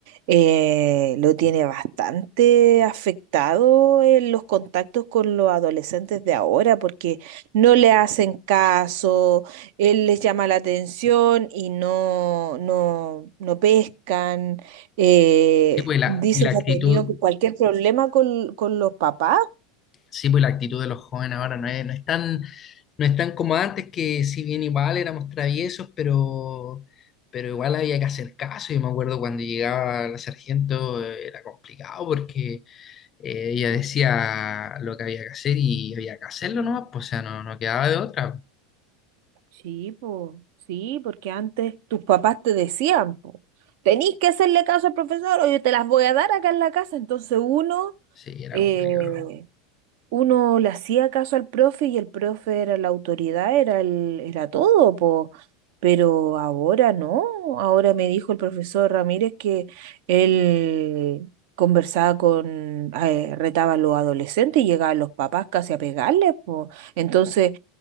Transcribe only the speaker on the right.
eh, lo tiene bastante afectado en los contactos con los adolescentes de ahora, porque no le hacen caso, él les llama la atención y no, no, no pescan. Eh,
dice
que
ha tenido cualquier problema con, con los papás.
Sí, po, sí, porque antes tus papás te decían, po, tenís que hacerle caso al profesor o yo te las voy a dar acá en la casa. Entonces uno
eh,
uno le hacía caso al profe y el profe era la autoridad, era el, era todo, po. Pero ahora no, ahora me dijo el profesor Ramírez que él conversaba con, eh, retaba a los adolescentes y llegaban los papás casi a pegarles, po. Entonces,